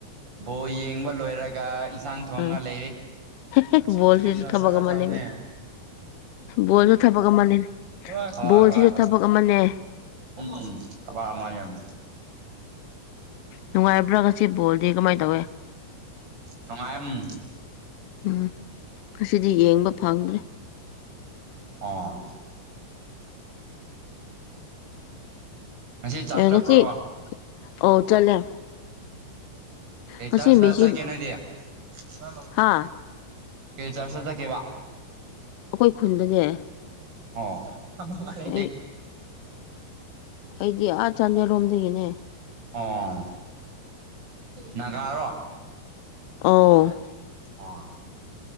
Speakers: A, on the right; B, on the left.
A: ꯕꯣ ꯌꯦꯡꯕ ꯂꯣꯏꯔꯒ ꯌꯦꯟꯁꯥꯡ ꯊꯣꯡꯒ
B: ꯑꯥ
A: ꯂꯩꯔꯤ
B: ꯍꯦꯛ
A: ꯁꯋꯤ
B: ꯕꯣꯜꯁꯤꯁꯨ
A: ꯀ꯭ꯔꯤꯝꯗꯣ
B: ꯊꯕꯛ
A: ꯆꯠꯀꯗꯕꯅꯦ
B: ꯑꯃꯅꯦ ꯕꯣꯜꯁꯨ ꯊꯕꯛ ꯑꯃꯅꯤ
A: ꯍꯣꯏ
B: ꯕꯣꯜꯁꯤꯁꯨ
A: ꯍꯣꯏ
B: ꯊꯕꯛ ꯑꯃꯅꯦ
A: ꯎꯝ ꯑꯕꯃꯥꯏꯦꯝ
B: ꯅꯨꯡꯉꯥꯏꯕ꯭ꯔꯥꯒꯁꯤ ꯕꯣꯜꯗꯤ ꯀꯃꯥꯏꯅ ꯇꯧꯋꯦ
A: ꯅꯅꯨꯡꯉꯥꯏꯦꯝ
B: ꯎꯝ ꯑꯁꯤꯗꯤ ꯌꯦꯡꯕ ꯐꯪꯗ꯭ꯔꯦ
A: ꯑꯥ ꯉꯁꯤ ꯆꯥ
B: ꯑꯦ
A: ꯆꯠꯄ꯭ꯔꯣ
B: ꯉꯁꯤ ꯑꯧ ꯆꯠꯂꯦ
A: ꯍ
B: ꯉꯁꯤ
A: ꯆ ꯑꯁ
B: ꯃꯦꯁꯤ
A: ꯆ ꯀꯅꯗ ꯆ
B: ꯍꯥ
A: ꯀ ꯆꯁꯂ ꯀꯦꯕ
B: ꯑꯩꯈꯣꯏ ꯈꯨꯟꯗꯅꯦ
A: ꯑꯣ ꯍꯗꯅꯗ
B: ꯑꯩ ꯑꯩꯗꯤ ꯑꯥ ꯆꯥꯟꯗꯦꯜꯔꯣꯝꯗꯒꯤꯅꯦ
A: ꯑꯣ ꯅꯥꯒꯥꯔꯣ
B: ꯑꯣ
A: ꯑꯣ